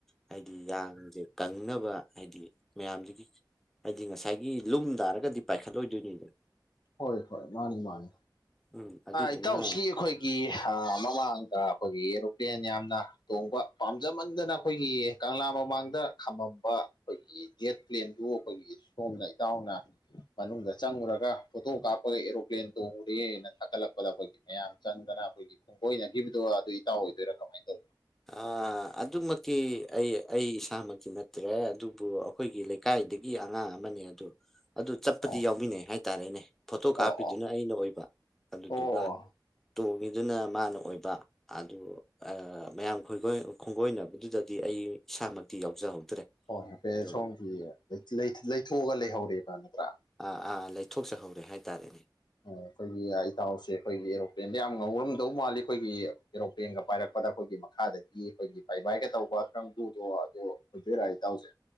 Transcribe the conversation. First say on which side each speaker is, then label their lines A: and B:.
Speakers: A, in the centre; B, on the left (about 70°).
A: ꯍꯥꯏꯗꯤ ꯌꯥꯡꯁꯦ ꯀꯪꯅꯕ ꯍꯥꯏꯗꯤ ꯃꯌꯥꯝꯁꯤꯒꯤ ꯍꯥꯏꯗꯤ ꯉꯁꯥꯏꯒꯤ ꯂꯨꯝ ꯇꯥꯔꯒꯗꯤ ꯄꯥꯏꯈꯠꯂꯣꯏꯗꯣꯏꯅꯤꯗ
B: ꯍꯣꯏ ꯍꯣꯏ ꯃꯥꯅꯤ ꯃꯥꯅꯤ
A: ꯎꯝ ꯑꯗꯨꯗꯨꯅ
B: ꯏꯇꯥꯎꯁꯤ ꯑꯩꯈꯣꯏ ꯒꯤ ꯃꯃꯥꯡꯗ ꯑꯩꯈꯣꯏꯒꯤ ꯑꯦꯔꯣꯄ꯭ꯂꯦꯟ ꯌꯥꯝꯅ ꯇꯣꯡꯕ ꯄꯥꯝꯖꯃꯟꯗꯅ ꯑꯩꯈꯣꯏꯒꯤ꯫ ꯀꯪꯂꯥ ꯃꯃꯥꯡꯗ ꯈꯝꯃꯝꯕ ꯑꯩꯈꯣꯏꯒꯤ ꯖꯦꯠ ꯄ꯭ꯂꯦꯟꯗꯨ ꯑꯩꯈꯣꯏꯒꯤ ꯁꯣꯝꯅ ꯏꯇꯥꯎꯅ ꯃꯅꯨꯡꯗ ꯆꯪꯉꯨꯔꯒ ꯐꯣꯇꯣ ꯀꯥꯞꯄꯒ ꯑꯦꯔꯣꯄ꯭ꯂꯦꯟ ꯇꯣꯡ ꯎꯔꯦꯅ ꯊꯥꯒꯠꯂꯛꯄꯗ ꯑꯩꯈꯣꯏꯒꯤ ꯃꯌꯥꯝ ꯆꯪꯗꯅ ꯑꯩꯈꯣꯏꯒꯤ ꯨ ꯈꯣꯡꯒꯣꯏꯅꯈꯤꯕꯗꯣ ꯑꯗꯨ ꯏꯇꯥꯎ ꯑꯣꯏꯗꯣꯏꯔꯥ ꯀꯃꯥꯏ ꯇꯧꯅꯣ꯫
A: ꯑꯥ ꯑꯗꯨꯃꯥꯛꯇꯤ ꯑꯩ ꯑꯩ ꯏꯁꯥꯃꯛꯇꯤ ꯅꯠꯇ꯭ꯔꯦ ꯑꯗꯨꯕꯨ ꯑꯩꯈꯣꯏꯒꯤ ꯂꯩꯀꯥꯏꯗꯒꯤ ꯑꯉꯥꯡ ꯑꯃꯅꯦ ꯑꯗꯣ ꯑꯗꯨ ꯆꯠꯄꯗꯤ
B: ꯇꯧꯕꯅꯣ
A: ꯌꯥꯎꯃꯤꯟꯅꯩ ꯍꯥꯏꯇꯥꯔꯦꯅꯦ꯫ ꯐꯣꯇꯣ ꯀꯥꯞꯄꯤꯗꯨꯅ
B: ꯑꯣ ꯑꯣ
A: ꯑꯩꯅ ꯑꯣꯏꯕ ꯑꯗꯨꯗꯨꯒ
B: ꯑꯣ ꯑꯣ
A: ꯇꯣꯡꯉꯤꯗꯨꯅ ꯃꯥꯅ ꯑꯣꯏꯕ ꯑꯗꯨ ꯑ ꯃꯌꯥꯝ ꯈꯣꯏ ꯈꯣꯏ ꯈꯣꯡꯒꯣꯏꯅꯕꯗꯨꯗꯗꯤ ꯑꯩ ꯏꯁꯥꯃꯛꯇꯤ ꯌꯥꯎꯖꯍꯧꯗ꯭ꯔꯦ꯫
B: ꯍꯣꯏ ꯅꯐꯦ
A: ꯑꯗꯣ
B: ꯁꯣꯝꯒꯤ ꯂꯩꯊꯣꯛꯑꯒ ꯂꯩꯍꯧꯔꯦꯕ ꯅꯠꯇ꯭ꯔꯥ
A: ꯑꯥ ꯑꯥ ꯂꯩꯊꯣꯛꯆꯍꯧꯔꯦ ꯍꯥꯏꯇꯥꯔꯦꯅꯦ꯫
B: ꯑꯩꯈꯣꯏꯒꯤ ꯏꯇꯥꯎꯁꯦ ꯑꯩꯈꯣꯏꯒꯤ ꯑꯦꯔꯣꯄ꯭ꯂꯦꯟꯗ ꯌꯥꯝ ꯉꯧꯔꯝꯗꯧ ꯃꯥꯜꯂꯤ ꯑꯩꯈꯣꯏꯒꯤ ꯑꯦꯔꯣꯄ꯭ꯂꯦꯟꯒ ꯄꯥꯏꯔꯛꯄꯗ ꯑꯩꯈꯣꯏꯒꯤ ꯃꯈꯥꯗꯒꯤ ꯑꯩꯈꯣꯏꯒꯤ ꯄꯕꯥꯥꯏꯕꯥꯏꯒ ꯇꯧꯕ ꯀꯥꯡꯕꯨꯗꯣ ꯑꯗꯨ ꯑꯣꯏꯗꯣꯏꯔꯥ ꯏꯇꯥꯎꯁꯦ꯫